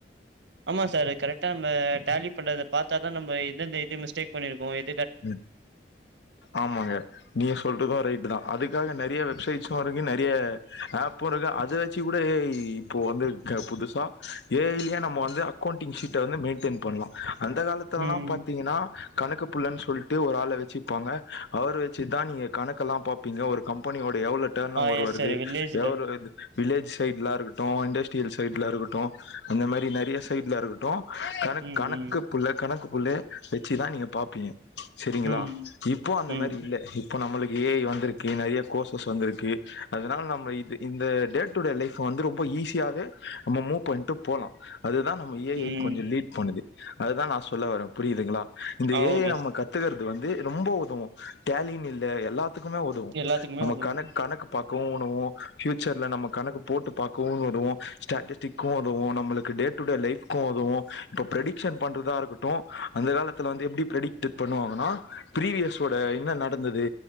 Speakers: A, on the right (about 80°); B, on the left (about 80°).
A: ஆமா சாரு கரெட்டா ம்ம டேலி பண்றத பாத்தா தா நம்ப எந்த எது மிஸ்டேக் பண்ணிருக்கோ ஏ
B: ம் ஆமாங்க நீங்க சொல்றதூ ரைட்டு தா அதுக்காக நறியா வெப்சைட்ஸு இருக்கு நறிய ஆப்பு இருக் அது வெச்சு கூட ஏ ஐ இப்போ வந்து அ புதுசா ஏ ஐலே நம்ம வந்து அக்கவுண்ட்டிங் ஷீட்ட வந்து மெயின்டன் பண்லா அந்த காலத்துலல்லா
A: ம்
B: பாத்தீங்கன்னா கணக்கு புள்ளன் சொல்ட்டு ஒரு ஆள வெச்சிப்பாங்க அவர் வெச்சுதா நீங்க கணக்கெல்லா பாப்பீங்க ஒரு கம்ப் பனியோட எவ்ளோ டர்ன்
A: ஆ
B: ஓவர்
A: எஸ்
B: வருது
A: சார் வில்லேஜ்ல
B: எவ்வளவு இது வில்லேஜ் சைட்லா இருக் ட்டோ இண்டஸ்ட்ரியல் சைட்ல இருக்கட்டோ அந்த மாரி நறிய சைட்ல இருக்கட்டோ கணக்
A: ம்
B: கணக்கு
A: ம்
B: புள்ள கணக்கு புள்ளே வெச்சி தா நீங்க பாப் பிங்க சரிங்களா
A: ம்
B: இப்போ அந்த
A: ம்
B: மாரி இல்ல இப்போ நம்மளுக்கு ஏ ஐ வந்துருக்கு நறையா கோர்சஸ் வந்துருக்கு அதனால நம்ம இது இந்த டே டு டே லைஃப்ப வந்து ரொம்ப ஈஸியாவே நம்ம மூவ் பண்ட்டு போலா அதுதா நம்ம ஏ
A: ம்
B: ஐ கொஞ்சோ லீட் பண்ணுது அதுதா நா சொல்ல வரே புரிதுங்குளா இந்த
A: ஆ
B: ஏ
A: ஓகே
B: ஐ நம்ம
A: சார்
B: கத்துக்கற் து வந்து ரொம்போ உதவு டேலின் இல்ல எல்லா த்துக்குமே உதவு
A: எல்லாத்துக்குமே
B: நம்ம
A: உதவு
B: கணக் கணக்கு பாக் கோணு ஃபியூச்சர்ல நம்ம கணக்கு போட்டு பாக்கவு உதவு ஸ்டேட்டஸ்டிக்கு உதவு நம்மளுக்கு டே டு டே லைஃப்கூ உதவு இப்ப பிரட்டிக்சன் பண்றதா இருக்கட்டூ அந்த காலத்துல வந்து எப்டி பிரட்டி டிக் பண்ணுவாங்கன்னா ப்ரீவியஸோட என்ன நடந்தது